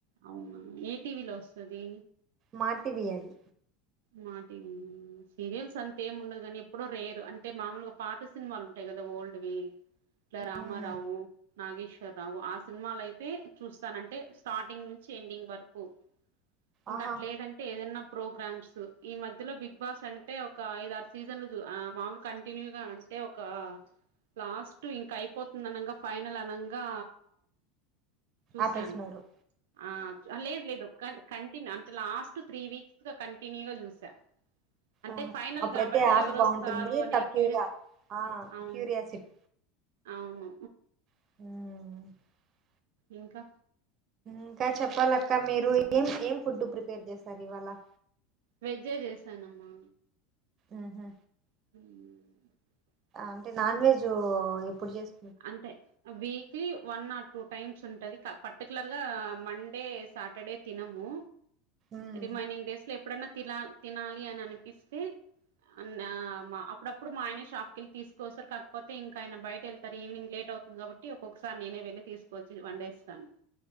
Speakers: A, on the right; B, on the right.
A: అవునా ఏ టీవీలో వస్తది.
B: మా టీవీ అది
A: మాటీవీ సీరియల్స్ అంతెం ఉండదుగాని ఇప్పుడు రేర్ అంటే మామూలుగా పాత సినిమాలు ఉంటాయి గదా ఓల్డ్ వి ఇలా రామారావు,
B: మ్మ్
A: నాగేశ్వర రావు ఆ సినిమాలు అయితే చూస్తానంటే స్టార్టింగ్ నుంచ్ ఎండింగ్ వరకు ఇంకట్లేదంటే
B: ఆహా
A: ఏదన్న ప్రోగ్రామ్స్ ఈ మధ్యలో బిగ్ బాస్ అంటే ఒక ఐద ఆర్ సీజన్లు చు ఆ మామూల్ కంటిన్యూగ అంటే ఒకా లాస్ట్ ఇంకైపోతుంద్ అనంగా ఫైనల్ అనంగా చూశాను
B: ఆపేసినరు
A: ఆ లేదు లేదు కంటి కంటిన్యూ అంటే లాస్ట్ త్రీ వీక్స్ గా కం టినీగ జూసా. అంటే
B: ఆహా
A: ఫైనల్
B: అప్పుడైతే
A: కాబట్టి
B: ఆట
A: ఎవరొస్తారో
B: బాగుంటుంది
A: అని
B: తక్కువగా
A: క్యూరి
B: ఆ
A: అవును
B: క్యూరియాసిటీ
A: అవును.
B: మ్
A: ఇంకా
B: ఇంకా చెప్పాలక్క మీరు ఏం ఏం ఫుడ్డు ప్రిపేర్ చేసార్ ఇవాళ
A: వెజ్జే చేసానమ్మా.
B: మ్ హ్
A: ఉమ్
B: అంటే నాన్ వెజు ఇప్పుడ్ చేస్
A: అంటే weekly one or two times ఉంటది పర్టికులర్గా మండే, సాటర్డే తినము.
B: ఉమ్
A: రిమైనింగ్ డేస్లో ఎప్పుడన్న తినాల్ తినాలి అన్ అనిపిస్తే అన్ ఆ మ అప్పుడప్పుడ్ మా ఆయన షాప్కెళ్ళి తీసుకొస్తార్ కాక్పోతే ఇంకా ఆయన బయట ఎల్ తర్ ఈవినింగ్ లేట్ అవుతుంది కాబట్టి ఒక్కొక్కసారి నేనే వెళ్లి తీస్కోచ్చి వన్డేస్తాను.